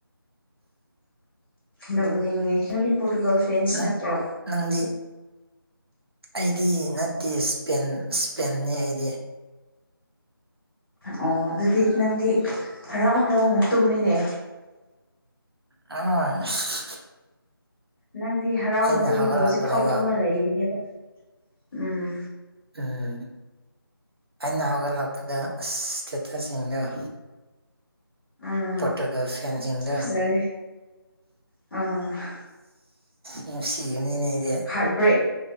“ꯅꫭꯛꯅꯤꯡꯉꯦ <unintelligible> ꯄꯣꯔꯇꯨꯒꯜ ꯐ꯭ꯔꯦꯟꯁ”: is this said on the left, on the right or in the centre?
Centre